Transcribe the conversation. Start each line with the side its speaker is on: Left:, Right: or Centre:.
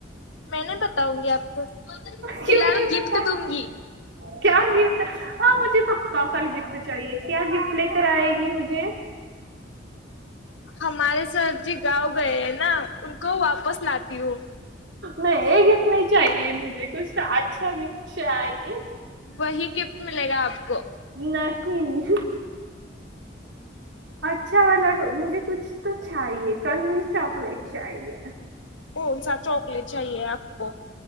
Left: मै नाही बताऊंगी आपको
Right: क्यों
Left: फिलहल
Right: नहीं बता
Left: गिफ्ट दूंगी.
Right: क्या गिफ्ट हा मुे पक्का कल गिफ्ट चे क्या गिफ्ट लकर आयगी मुझे.
Left: हमारे सर जी गाव गय है ना उको वापस लाी ह
Right: नाही गिफ्ट नाही चाहिए मुजे कुछ अच्छा गिफ्ट चाहिए....
Left: वही गिफ्ट मिलेग आपको...
Right: नहीं... अच्छा वाला करूगी मुझे कुछ तो चाहिए कल मुझे चॉकलेट चाहिए...
Left: कोणसा चॉकलेट चाहिए आपको